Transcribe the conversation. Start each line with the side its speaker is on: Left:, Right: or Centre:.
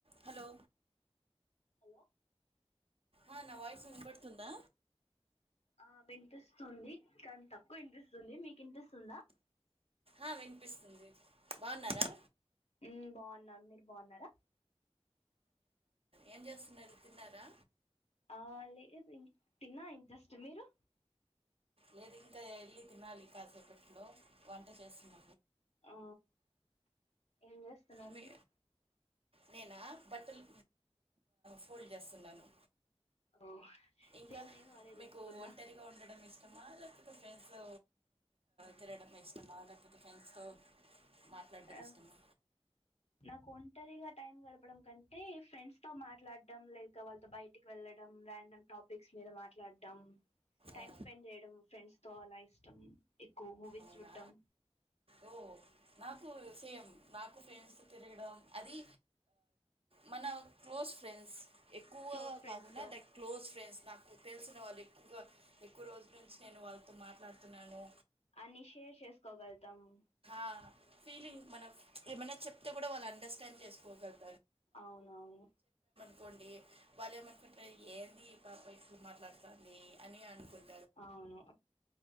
Right: hello
Left: hello
Right: ఆ నా voice వినబడుతుందా
Left: ఆ వినిపిస్తుంది కానీ తక్కువ వినిపిస్తుంది మీకు వినిపిస్తుందా
Right: ఆ వినిపిస్తుంది బాగున్నారా
Left: ఉ బాగున్నా మీరు బాగున్నారా
Right: ఏం చేస్తున్నారు తిన్నారా
Left: ఆ లేదు ఇ తిన్నా ఇ జస్ట్ మీరు
Right: లేదు ఇంకా వెళ్లి తినాలి కాసేపట్లో వంట చేస్తున్న
Left: ఆ ఏం చేస్తున్నారు
Right: మీ
Left: మీరు
Right: నేనా బట్టలు ఫోల్డ్ చేస్తున్నాను
Left: ఓ
Right: ఇంకా
Left: సేమ్ నేను అదే
Right: మీకు
Left: చేస్తున్న
Right: ఒంటరిగా ఉండడం ఇష్టమా లేకపోతే ఫ్రెండ్స్ తో తినడం ఇష్టమా లేకపోతే ఫ్రెండ్స్ తో మాట్లాడటం
Left: ఆ
Right: ఇష్టమా
Left: నాకు ఒంటరిగా టైం గడపడం కంటే ఫ్రెండ్స్ తో మాట్లాడడం లేక వాళ్ళతో బయటికి వెళ్ళడం రాండం గా టాపిక్స్ మీద మాట్లాడడం టైమ్
Right: ఆ
Left: స్పెండ్ చేయడం ఫ్రెండ్స్ తో అలా ఇష్టం ఎక్కువ మూవీస్
Right: అవునా
Left: చూడడం
Right: ఓ నాకు సేమ్ నాకు ఫ్రెండ్స్ తిరగడం అది మన క్లోజ్ ఫ్రెండ్స్ ఎక్కువ
Left: క్లోజ్ ఫ్రెండ్స్
Right: కాకుండా
Left: తో
Right: లైక్ క్లోజ్ ఫ్రెండ్స్ నాకు తెలిసిన వాళ్ళు ఎక్కువగా ఎక్కువ రోజుల నుంచి నేను వాళ్ళతో మాట్లాడుతున్నాను
Left: అన్ని షేర్ చేసుకోగలుతాము
Right: ఆ ఫీలింగ్ మనం ఏమైనా చెప్తే కూడా వాళ్ళు అండర్స్టాండ్ చేసుకోగలగు
Left: అవునవును
Right: నుకోండి వాళ్ళు ఏమనుకుంటారు ఏంది పాప ఇట్ల మాట్లాడతాంది అని అనుకుంటు
Left: అవును